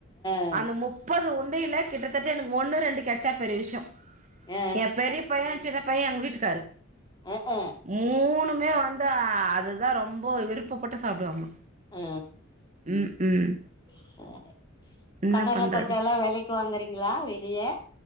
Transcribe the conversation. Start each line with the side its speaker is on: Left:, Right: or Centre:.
Left: அ
Right: அந்த முப்பது உண்டியல்ல கிட்டத்தட்ட எனக்கு ஒன்னு ரெண்டு கெடச்சா பெரிய விஷ்யம்
Left: ஆ
Right: என் பெரிய பையென் சின்ன பையென் எங்க வீட்டுக்காரு
Left: ம் ம்
Right: மூணுமே வந்து அதுதா ரொம்ப விருப்பப்பட்டு சாப்டுவாங்க
Left: ஆ
Right: ம் ம்
Left: சரி
Right: என்ன
Left: கடல
Right: பண்றது
Left: கொட்ட எல்லா வெலைக்கு வாங்குறீங்களா வெளிய